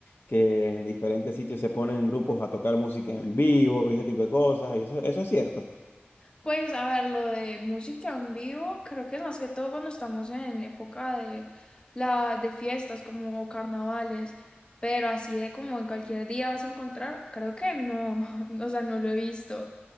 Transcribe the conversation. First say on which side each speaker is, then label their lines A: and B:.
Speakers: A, on the left (about 60°); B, on the left (about 25°).
A: que en diferentes sitios se ponen grupos a tocar música en vivo y ese tipo de cosas, y eso, eso es cierto.
B: Pues a ver, lo de música en vivo, creo que es más que todo cuando estamos en época de la de fiestas como carnavales, pero así de como en cualquier día vas a encontrar, creo que no, <laughs> o sea, no lo he visto.